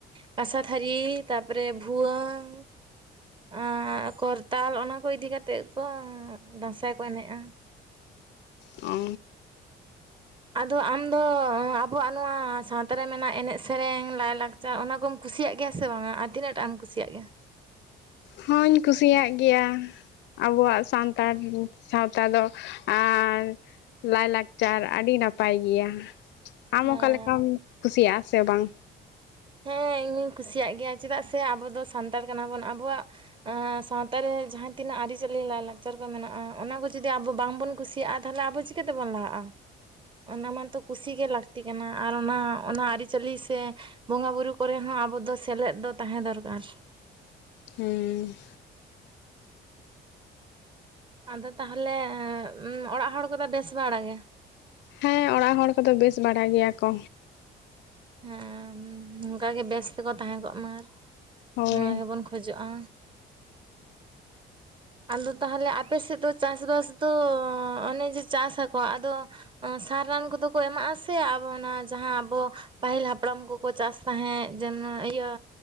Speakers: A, on the right; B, on the left.
A: ᱠᱟᱥᱟ ᱛᱷᱟᱹᱨᱤ ᱛᱟᱯᱚᱨᱮ ᱵᱷᱩᱣᱟᱹᱝ ᱟᱨ ᱠᱚᱨᱛᱟᱞ ᱚᱱᱟ ᱠᱚ ᱤᱫᱤ ᱠᱟᱛᱮᱫ ᱠᱚ ᱫᱟᱸᱥᱟᱭ ᱠᱚ ᱮᱱᱮᱜ-ᱟ
B: ᱚ
A: ᱟᱫᱚ ᱟᱢᱫᱚ ᱟᱵᱚᱣᱟᱜ ᱱᱚᱣᱟ ᱥᱟᱶᱛᱟ ᱨᱮ ᱢᱮᱱᱟᱜ ᱮᱱᱮᱡ ᱥᱮᱨᱮᱧ ᱞᱟᱭ ᱞᱟᱠ ᱚᱱᱟ ᱠᱚᱢ ᱠᱩᱥᱤᱭᱟᱜ ᱜᱮᱭᱟ ᱥᱮ ᱵᱟᱝ-ᱟ ᱟᱨ ᱛᱤᱱᱟᱹᱜ ᱴᱟᱜ ᱮᱢ ᱠᱩᱥᱤᱭᱟᱜ ᱜᱮᱭᱟ
B: ᱦᱚᱧ ᱠᱩᱥᱤᱭᱟᱜ ᱜᱮᱭᱟ ᱟᱵᱚᱣᱟᱜ ᱥᱟᱱᱛᱟᱲ ᱥᱟᱶᱛᱟ ᱫᱚ ᱟᱨ ᱞᱟᱭ ᱞᱟᱠᱪᱟᱨ ᱟᱹᱰᱤ ᱱᱟᱯᱟᱭ ᱜᱮᱭᱟ, ᱟᱢ
A: ᱦᱮᱸ
B: ᱚᱠᱟᱞᱮᱠᱟᱢ ᱠᱩᱥᱤᱭᱟᱜ-ᱟ ᱥᱮ ᱵᱟᱝ
A: ᱦᱮᱸ ᱤᱧᱦᱩᱧ ᱠᱩᱥᱤᱭᱟᱜ ᱜᱮᱭᱟ ᱪᱮᱫᱟᱜ ᱥᱮ ᱟᱵᱚ ᱫᱚ ᱥᱟᱱᱛᱟᱲ ᱠᱟᱱᱟ ᱵᱚᱱ ᱟᱵᱚᱣᱟᱜ ᱥᱟᱶᱛᱟ ᱨᱮ ᱡᱟᱦᱟᱸ ᱛᱤᱱᱟᱹᱜ ᱟᱹᱨᱤᱪᱟᱹᱞᱤ ᱞᱟᱭᱼᱞᱟᱠᱪᱟᱨ ᱠᱚ ᱢᱮᱱᱟᱜᱼᱟ ᱚᱱᱟ ᱠᱚ ᱡᱩᱫᱤ ᱟᱵᱚ ᱵᱟᱝᱵᱚᱱ ᱠᱩᱥᱤ- <unintelligible> ᱛᱟᱦᱚᱞᱮ ᱟᱵᱚ ᱪᱤᱠᱟᱹ ᱛᱮᱵᱚᱱ ᱞᱟᱦᱟᱜᱼᱟ ᱚᱱᱟ ᱢᱟᱛᱚ ᱠᱩᱥᱤᱜᱮ ᱞᱟᱹᱠᱛᱤ ᱠᱟᱱᱟ ᱟᱨ ᱚᱱᱟ ᱚᱱᱟ ᱟᱹᱨᱤᱪᱟᱹᱞᱤ ᱥᱮ ᱵᱚᱸᱜᱟ ᱵᱩᱨᱩ ᱠᱚᱨᱮ ᱦᱚᱸ ᱟᱵᱚ ᱫᱚ ᱥᱮᱞᱮᱫ ᱫᱚ ᱛᱟᱦᱮᱸ ᱫᱚᱨᱠᱟᱨ
B: ᱦᱩᱸ
A: ᱟᱫᱚ ᱛᱟᱦᱚᱞᱮ ᱚᱲᱟᱜ ᱦᱚᱲ ᱠᱚᱫᱚ ᱵᱮᱥ ᱵᱟᱲᱟ ᱜᱮ
B: ᱦᱮᱸ ᱚᱲᱟᱜ ᱦᱚᱲ ᱠᱚᱫᱚ ᱵᱮᱥ ᱵᱟᱲᱟ ᱜᱮᱭᱟ ᱠᱚ
A: ᱦᱮᱸ ᱱᱚᱝᱠᱟ ᱜᱮ ᱵᱮᱥ ᱛᱮᱠᱚ ᱛᱟᱦᱮᱸ ᱠᱚᱜ ᱢᱟ,
B: ᱦᱳᱭ
A: ᱱᱚᱣᱟ ᱜᱮᱵᱚᱱ ᱠᱷᱚᱡᱚᱜ-ᱟ ᱟᱫᱚ ᱛᱟᱦᱚᱞᱮ ᱟᱯᱮ ᱥᱮᱫ ᱫᱚ ᱪᱟᱥᱵᱟᱥ ᱫᱚ ᱚᱱᱮ ᱡᱮ ᱪᱟᱥ ᱟᱠᱚ ᱟᱫᱚ ᱥᱟᱨ ᱨᱟᱱ ᱠᱚᱫᱚ ᱠᱚ ᱮᱢᱟᱜ ᱟᱥᱮ ᱟᱵᱚᱱᱟ ᱚᱱᱟ ᱡᱟᱦᱟᱸ ᱟᱵᱚ ᱯᱟᱹᱦᱤᱞ ᱦᱟᱯᱲᱟᱢ ᱠᱚᱠᱚ ᱪᱟᱥ ᱛᱟᱦᱮᱸᱫ ᱡᱮᱱᱚ ᱤᱭᱟᱹ